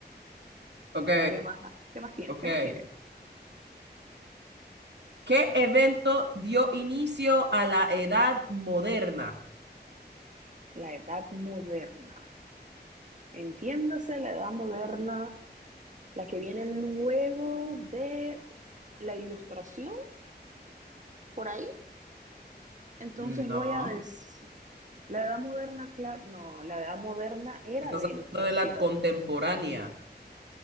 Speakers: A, on the right; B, on the right.
A: Ok,
B: ¿Qué más, qué más tienes?
A: ok.
B: ¿Qué más tienes?
A: ¿Qué evento dio inicio a la edad moderna?
B: La edad moderna. Entiéndase la edad moderna, la que viene luego de la ilustración, por ahí. Entonces
A: No,
B: voy a decir, la edad moderna, cla- no, la edad moderna era
A: estás
B: la
A: hablando
B: ilustración,
A: de la contemporánea.